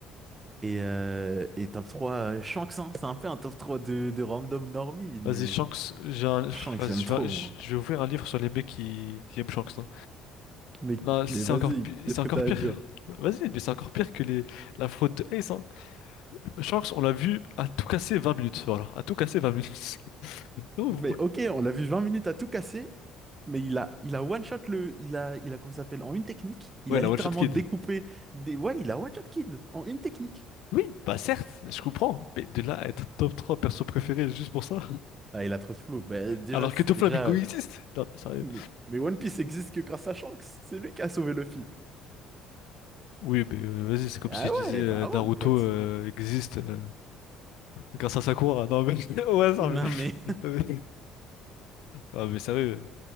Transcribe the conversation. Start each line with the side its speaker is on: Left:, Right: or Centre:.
Right: Et, euh, et top 3 euh, Shanks, hein, c'est un peu un top 3 de, de random normie, mais
Left: Vas-y, Shanks, j'ai un... pff,
Right: Shanks,
Left: Vas-y,
Right: j'aime
Left: je
Right: trop,
Left: vais, je-
Right: moi.
Left: je vais ouvrir un livre sur les mecs qui, qui aiment Shanks. hein.
Right: Mais,
Left: Non, si
Right: mais
Left: c'est
Right: vas-y,
Left: encore, pi- si
Right: qu'est-ce
Left: c'est encore
Right: que t'as
Left: pire.
Right: à dire?
Left: Vas-y, mais c'est encore pire que les... la faute de Ace. hein. Shanks, on l'a vu à tout casser 20 minutes, voilà, à tout casser 20 minutes. <laughs> Non,
Right: Mais
Left: vous-
Right: ok, on l'a vu vingt minutes à tout casser, mais il a, il a one-shot le. Il a, il a, comment ça s'appelle, en une technique. Il
Left: Ouais,
Right: a
Left: la
Right: littéralement
Left: One Shot Kid.
Right: découpé des. Ouais, il a one-shot Kid en une technique.
Left: Oui, bah certes, je comprends, hein. mais de là à être top 3 perso préféré juste pour ça,
Right: Ah, il a trop de flow. Bah, déjà,
Left: alors
Right: c'est-
Left: que Doflamingo
Right: déjà,
Left: existe. Non, mais sérieux.
Right: Mais, mais One Piece existe que grâce à Shanks. C'est lui qui a sauvé Luffy.
Left: Oui, mais euh, vas-y, c'est comme
Right: Ah
Left: si je disais
Right: ouais,
Left: euh,
Right: bah ouais,
Left: Naruto
Right: mon pote.
Left: euh,
Right: <laughs>
Left: existe euh, grâce à Sakura. Non, mais <laughs> ouais, ça,
Right: Non,
Left: mais...
Right: mais.
Left: <laughs> Non, mais sérieux.